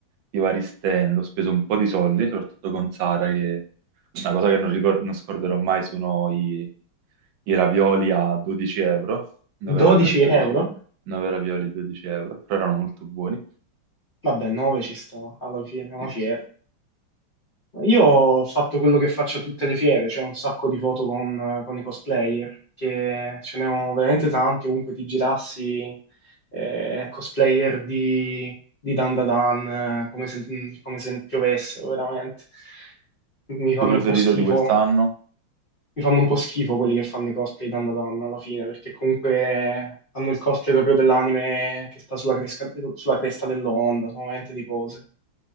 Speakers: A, on the right; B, on the left.
A: i vari stand, ho speso un po' di soldi, soprattutto con Sara, che una cosa che non, ricor- non scorderò mai sono i, i ravioli a 12 euro, 9
B: 12
A: ravioli, 12,
B: euro?
A: 9 ravioli, 12 euro, però erano molto buoni.
B: Vabbè, 9 ci sta, alla fine è una
A: Sì,
B: fiera.
A: sì.
B: Io ho fatto quello che faccio a tutte le fiere, cioè un sacco di foto con, con i cosplayer, che ce ne ho veramente tanti, ovunque ti girassi, eh, cosplayer di, di Dan Da Dan, eh, come se, come se piovessero, veramente. Mi
A: Il
B: fanno
A: tuo preferito
B: un po' schifo,
A: di quest'anno?
B: mi fanno un po' schifo quelli che fanno i cosplay di Dan Da Dan alla fine, perché comunque fanno il cosplay proprio dell'anime che sta sulla, cresca- sulla cresta dell'onda, sono veramente di pose.